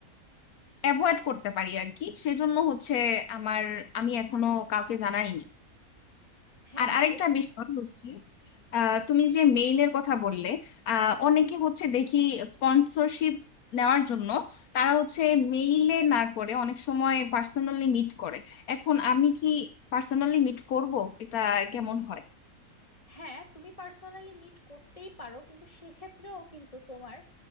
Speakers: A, on the left; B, on the left.
A: অ্যাভয়েড করতে পারি আর কি সেজন্য হচ্ছে আমার আমি এখনো কাউকে জানাইনি
B: হ্যাঁ
A: আর
B: হ্যাঁ
A: আরেকটা বিষয় হচ্ছে আহ, তুমি যে মেইলের কথা বললে আহ, অনেকে হচ্ছে দেখি স্পন্সরশিপ নেওয়ার জন্য তারা হচ্ছে মেইলে না করে অনেক সময় পার্সোনালি মিট করে এখন আমি কি পার্সোনালি মিট করব এটা কেমন হয়
B: হ্যাঁ তুমি পার্সোনালি মিট করতেই পারো কিন্তু সেক্ষেত্রেও কিন্তু তোমার